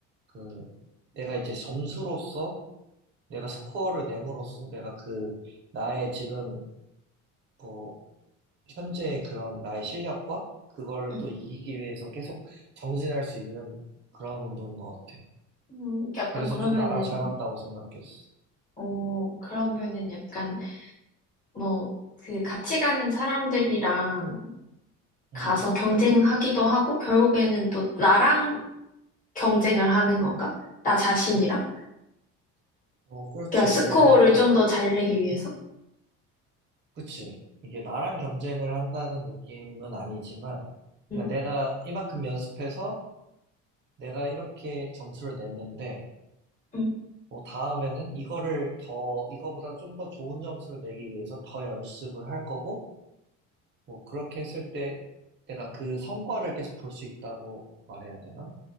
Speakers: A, on the right; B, on the left.
A: 그 내가 이제 점수로서 내가 스코어를 내므로써 내가 그 나의 지금 뭐 현재 의 그런 나의 실력과 그걸
B: 응.
A: 또 이기기 위해서 계속 정진할 수 있는 그런 운동인 것 같아.
B: 음, 약간
A: 그래서
B: 그러면은,
A: 좀 나랑 잘 맞다고 생각했어.
B: 어, 그러면은 약간 뭐, 그 같이 가는 사람들이랑 가서
A: 응.
B: 경쟁하기도 하고, 결국에는 또 나랑 경쟁을 하는 건가? 나 자신이랑?
A: 어, 그렇지.
B: 그러니까
A: 왜냐면,
B: 스코어를 좀 더 잘 내기 위해서?
A: 그치. 이게 나랑 경쟁을 한다는 느낌은 아니지만,
B: 응,
A: 그 내가 이만큼 연습해서 내가 이렇게 점수를 냈는데,
B: 응,
A: 뭐 다음에는 이거를 더, 이거보다 좀 더 좋은 점수를 내기 위해서 더 연습을 할 거고, 뭐 그렇게 했을 때 내가 그 성과를 계속 볼 수 있다고 말해야 되나?